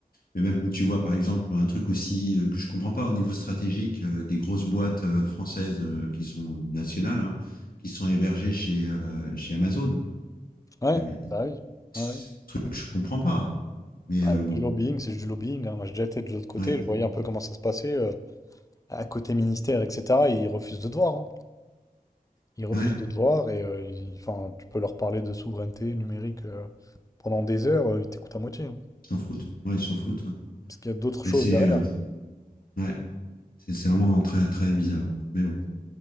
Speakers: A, on the left; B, on the left.
A: Mais même, tu vois, par exemple, un truc aussi euh, que je comprends pas au niveau stratégique, euh, des grosses boîtes euh, françaises euh, qui sont nationales, hein, qui sont hébergées chez, euh, chez Amazon.
B: Ouais,
A: Jamais.
B: bah oui.
A: Ce
B: Ouais.
A: truc, je comprends pas. Mais
B: Bah,
A: euh, bon,
B: du lobbying, c'est juste du lobbying. hein. Moi, j'ai déjà été de l'autre côté,
A: ouais,
B: je voyais un peu comment ça se passait. euh, à côté ministère, etc., ils refusent de te voir. hein. Ils refusent
A: ouais,
B: de te voir et euh, ils- enfin, tu peux leur parler de souveraineté numérique euh, pendant des heures, euh, ils t'écoutent à moitié. hein.
A: ils s'en foutent. Ouais, ils s'en foutent. ouais.
B: Parce qu'il y a d'autres choses
A: Mais c'est
B: derrière.
A: euh, ouais, c'est c'est vraiment très, très bizarre. Mais bon,